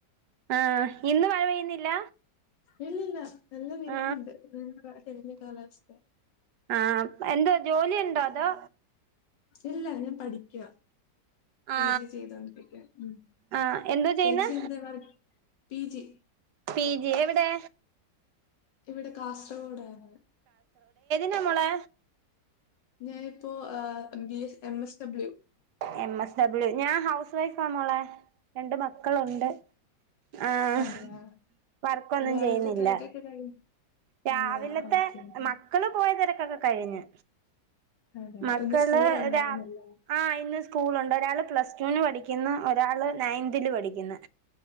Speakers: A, on the right (about 70°); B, on the left (about 85°).
A: ആഹ് ഇന്ന് പെയ്യുന്നില്ല
B: ഇല്ലില്ല നല്ല വെയിലുണ്ട്
A: ആ
B: തെളിഞ്ഞ കാലാവസ്ഥയാ
A: ആ എന്താ ജോലി ഉണ്ടോ അതോ
B: ഇല്ല ഞാൻ പഠി ക്കുവാ
A: ആ
B: പി ജി ചെയ്തോണ്ടിരിക്കുവാ ഉം
A: ആ എന്തോ ചെയ്യുന്നെ
B: ചേച്ചി എന്താ വർ പി ജി
A: പി ജി എവിടെ
B: ഇവിടെ കാസർഗോഡാന്ന്
A: ന്നാ മോളെ
B: ഞാനിപ്പോ ഏഹ് B S M S W
A: M S W ഞാൻ ഹൗസ് വൈഫാ മോളേ രണ്ട് മക്കളൊണ്ട് ആഹ്
B: അതെയാ
A: വർക്കൊന്നും
B: രാവിലത്തെ
A: ചെയ്യ്ന്നില്ല
B: തിരക്കൊക്കെ കഴിഞ്ഞോ
A: രാവിലത്തെ
B: അതെയാ ഓക്കെ ഓക്കെ
A: മക്കള് പോയ തെര ക്കൊക്കെ കഴിഞ്ഞ്
B: അതെയോ
A: മക്കള്
B: ഇന്ന് സ്കൂൾ ഉണ്ടായിരുന്നല്ലേ
A: രാ ആഹ് ഇന്ന് സ്കൂളൊണ്ട് ഒരാള് പ്ലസ്ടുവിന് പഠിക്കുന്ന് ഒരാള് നയൺതില് പഠിക്കുന്ന്